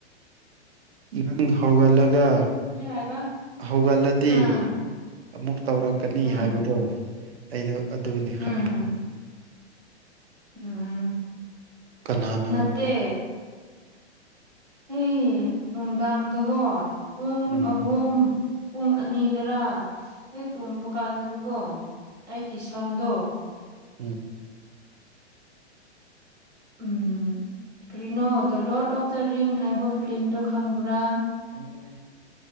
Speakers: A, on the right; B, on the right.
A: ꯅꯪ ꯍꯧꯒꯠꯂꯒ
B: ꯀꯔꯤ ꯍꯥꯏꯕ
A: ꯍꯧꯒꯠꯂꯗꯤ
B: ꯎꯝ
A: ꯑꯃꯨꯛ ꯇꯧꯔꯛꯀꯅꯤ
B: ꯎꯝ
A: ꯍꯥꯏꯕꯗꯣ ꯑꯩꯗꯣ ꯑꯗꯨꯅꯤ ꯈꯟꯕ
B: ꯎꯝ ꯎꯝ
A: ꯀꯅꯥꯅꯣ
B: ꯅꯠꯇꯦ ꯑꯩ ꯅꯨꯡꯗꯥꯡꯗꯀꯣ ꯄꯨꯡ
A: ꯎꯝ
B: ꯑꯍꯨꯝ ꯄꯨꯡ ꯑꯅꯤꯗꯔꯥ ꯍꯣꯏ ꯇꯨꯝꯕ ꯀꯥꯟꯗ ꯑꯗꯨꯕꯣ ꯑꯩꯒꯤ ꯁꯝꯗꯣ
A: ꯎꯝ
B: ꯎꯝ ꯀꯔꯤꯅꯣ the Lord of the ring ꯍꯥꯏꯕ ꯐꯤꯤꯂꯝꯗꯣ ꯈꯪꯕ꯭ꯔꯥ
A: ꯑꯗꯨꯅꯦ